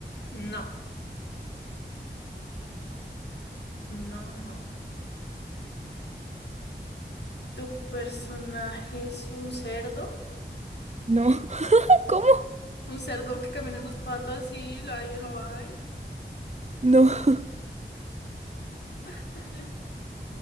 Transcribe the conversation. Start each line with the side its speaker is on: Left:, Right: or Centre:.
Left: No. No, no. ¿Tu personaje es un cerdo?
Right: No. <laughs> ¿Cómo?
Left: ¿Un cerdo que camina en dos patas sí, lo hay, lo hay?
Right: No.
Left: <laughs>